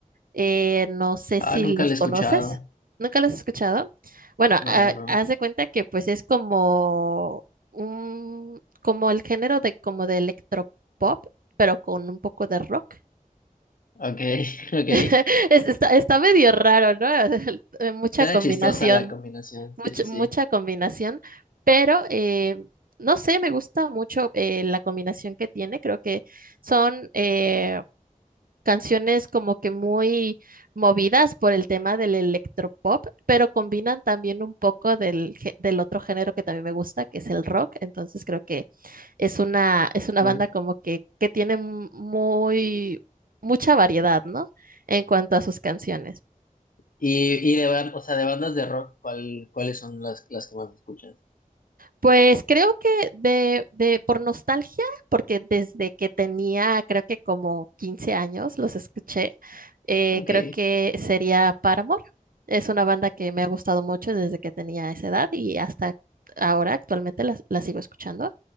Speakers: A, on the right; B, on the left.
A: Eh, no sé
B: Ah,
A: si
B: nunca
A: los
B: la he escuchado.
A: conoces. ¿Nunca los has escuchado? Bueno,
B: No,
A: ha-
B: no, no.
A: haz de cuenta que pues es como un, como el género de como de electropop, pero con un poco de rock.
B: Ok, <laughs> ok.
A: <laughs> Es- está, está medio raro, ¿no? <laughs> Mucha
B: Suena
A: combinación
B: chistosa la combinación.
A: mucha,
B: Sí, sí,
A: mucha combinación, pero eh, no sé, me gusta mucho eh, la combinación que tiene. Creo que son eh, canciones como que muy movidas por el tema del electropop, pero combinan también un poco del, gé- del otro género que también me gusta, que es el rock. Entonces creo que es una, es una
B: sí.
A: banda como que, que tiene muy, mucha variedad, ¿no? En cuanto a sus canciones.
B: Y, y de, ban- o sea, de bandas de rock, ¿cuál, cuáles son las, las que más escuchas?
A: Pues creo que de, de por nostalgia, porque desde que tenía creo que como 15 años los escuché, eh,
B: Ok.
A: creo que sería Paramore. Es una banda que me ha gustado mucho desde que tenía esa edad y hasta ahora actualmente la, la sigo escuchando.